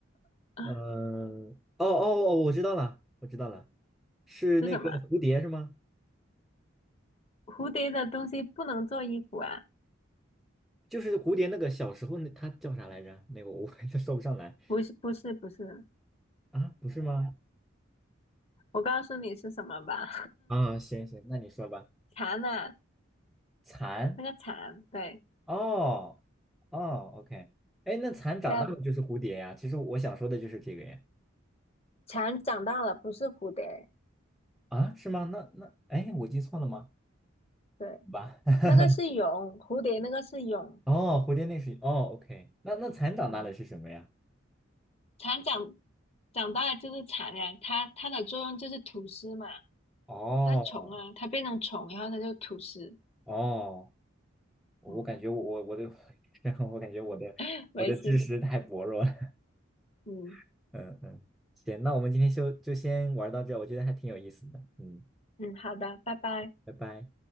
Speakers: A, on the left; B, in the centre.
A: <laughs>
B: 嗯，哦哦哦，我知道了，我知道了，是那个蝴蝶是吗？
A: 是什么？蝴蝶的东西不能做衣服啊？
B: 就是蝴蝶那个小时候那它叫啥来着？那个我 <laughs> 就说不上来
A: 不是，不是，不是。
B: 啊，不是吗？
A: 我告诉你是什么吧，
B: 啊，行行，那你说吧。
A: <laughs> 蚕啊，
B: 蚕。
A: 那个蚕，对，
B: 哦哦，OK，哎，那蚕长大了就是蝴蝶呀。
A: 对啊，
B: 其实我想说的就是这个呀。
A: 蝉长大了，不是蝴蝶，
B: 啊，是吗？那那，哎，我记错了吗？
A: 对，
B: 好吧。<laughs>
A: 那个是蛹，蝴蝶那个是蛹，
B: 哦，蝴蝶那是哦，OK。那那蚕长大了是什么呀？
A: 嗯，蝉长长大了就是蚕呀、它它的作用就是吐丝嘛，
B: 哦
A: 它是虫啊，它变成虫，然后它就吐丝，
B: 哦，我感觉我我的
A: 嗯。
B: <laughs>，我感觉我的我的知识太薄弱了。
A: <laughs> 没事，嗯
B: <laughs> 嗯嗯，行，那我们今天就就先玩到这儿我觉得还挺有意思的。嗯，
A: 嗯，好的，拜拜。
B: 拜拜。